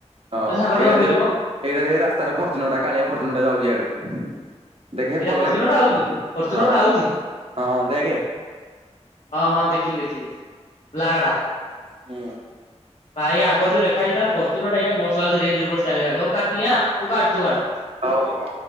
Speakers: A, on the right (about 55°); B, on the left (about 65°).
A: ହଁ
B: ଏ ସାଙ୍ଗଟା
A: ଏଇଟା
B: ଧନୀ
A: ସେ
B: ଲୋକ
A: ଏଇଟା ଦେଖେ ରାସ୍ତାରେ ଫର୍ଚୁନରଟା କାଳିଆ ଫର୍ଚୁନରଟ ଯାଉଛି ଇଆଡୁ। ଦେଖ ହେପଟ
B: ଏଇଟା ଫର୍ଚୁନର
A: ଲାଇନରେ
B: ଟା ଆଉଛି ଫର୍ଚୁନର
A: ହଁ
B: ଟା ଆଉଛି
A: ହଁ ଦେଖେ
B: ହଁ ହଁ ଦେଖିଲି ଦେଖିଲି ବ୍ଲାଗଡା
A: ହୁଁ
B: ଭାଇ ଆ ଆଗରେ ଜଉ ଲେଖାହେଇଚି ତାର ଫରଚ୍ୟୁନର ଟା ଏଇଟା ମସ୍ତ ଲାଗୁଚି ରେଞ୍ଜ ରୋଭର ଲେଖାହେଇଛି ଷ୍ଟାଇଲରେ ହଉ କାଟିଲି ଆଁ ତୁ କାଟେ ତୁ କାଟେ।
A: ହଉ ହଉ।